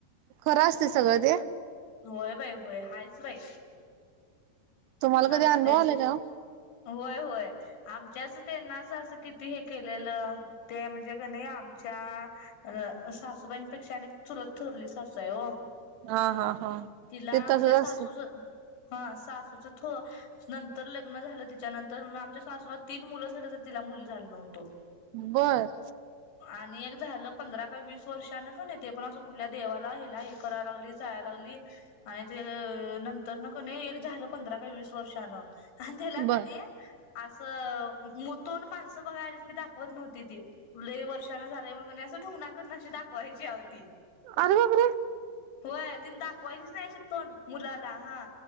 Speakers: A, on the right; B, on the left.
A: खरं असते सगळं ते?
B: होय बाई होय आहेच बाई
A: तुम्हाला कधी
B: असतयच
A: अनुभव आलाय का ओ?
B: होय होय. आमच्याच त्यांनाच असं किती हे केलेलं. ते म्हणजे कणी आमच्या सासूबाईंपेक्षा अनेक चुलत थोरली सासू आहे हो.
A: हा हा हा.
B: तिला
A: ते
B: आमच्या
A: तसच
B: सासूच
A: असत
B: हा सासूच, थो नंतर लग्न झालं तिच्यानंतर आमच्या सासुला तीन मुलं झालं तर तिला मुलं झालं नव्हतं.
A: बर.
B: आणि एक झालं पंधरा का वीस वर्षान काण ते पण असं कुठल्या देवाला हिला हे करायला लागली जायला लागली. आणि ते नंतर न कणाय एक झालं. पंधरा का वीस वर्षान आणि त्याला कणी
A: बर
B: असं तोंड माणसं बघायला की दाखवत नव्हती ती लय वर्ष चार वेळा झालंय म्हणून कमी अस ढुंगणाकडन अशी दाखवायची अहो ती
A: अरे बापरे
B: होय तिने दाखवायचीच नाही, अशी तोंड मुलाला हा